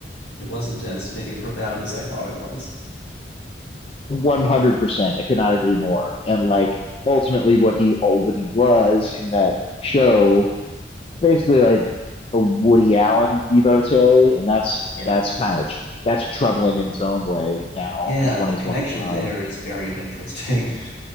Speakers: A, on the left; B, on the left.
A: it wasn't as maybe profound as I thought it was.
B: 100%. I could not agree more. And like ultimately what he oh, what he was in that show, basically like a Woody Allen devotee, and that's
A: Yeah,
B: that's kind of tr- that's troubling in its own way now
A: yeah,
B: in 2025.
A: the connection there is very interesting. <laughs>